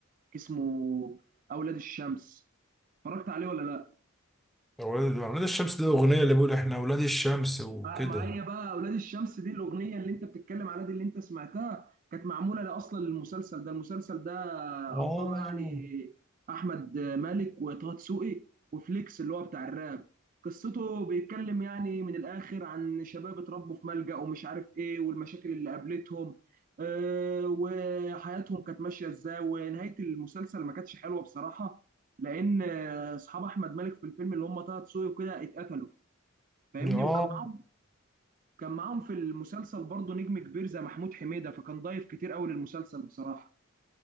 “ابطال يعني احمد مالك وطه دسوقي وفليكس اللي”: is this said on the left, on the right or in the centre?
Right